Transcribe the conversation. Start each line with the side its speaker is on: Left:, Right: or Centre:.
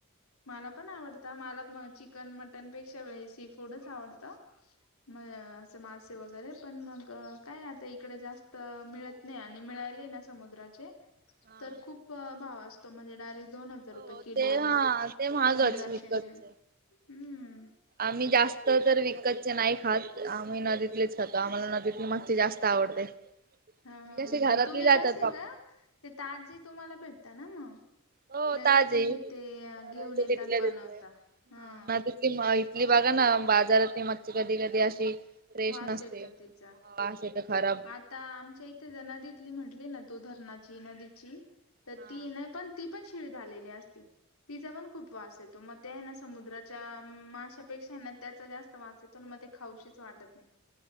Left: मला पण आवडत मला चिकन मटनपेक्षा सी फूडच आवडतं. मग असे मासे वगैरे पण मग काय आता इकडे जास्त मिळत. नाही आणि मिळाले ना समुद्राचे
Right: हा
Left: तर खूप भाव असतो म्हणजे डायरेक्ट दोन हजार रुपये
Right: हो
Left: किलो
Right: ते हा ते महागच
Left: पंधराशे
Right: विकतच
Left: हम्म
Right: आम्ही जास्त तर विकतचे नाही खात आमही नदीतलीच खातो आम्हाला नदीतली मस्ती जास्त आवडते
Left: हा
Right: आणि कशी घरातली
Left: तुम्ही
Right: जातात
Left: कसे
Right: पाप
Left: ग ते ताजी तुम्हाला भेटता ना मग
Right: हो
Left: लगेच
Right: ताजे
Left: तुम्ही
Right: सरांचे
Left: ते घेऊन येता
Right: तिथल्या
Left: आणि
Right: तिथे.
Left: बनवता हम
Right: हा ना इथली बाघा ना बाजारात मचछ कधी कधी अशी फ्रेश
Left: वास
Right: नसते
Left: येतो तिचा
Right: असे तर खराब
Left: आता आमच्या इथे ज नदीतली म्हंटली ना तू धरणाची नदीची तर
Right: हा
Left: ती नाही पण ती पण शिळ झा आलेली असती तिचा पण खूप वास येतो मग ते आहे ना समुद्राच्या माशापेक्षा आहे ना त्याचा जास्त वास येतो प मध्ये खाऊशीच वाटत नाही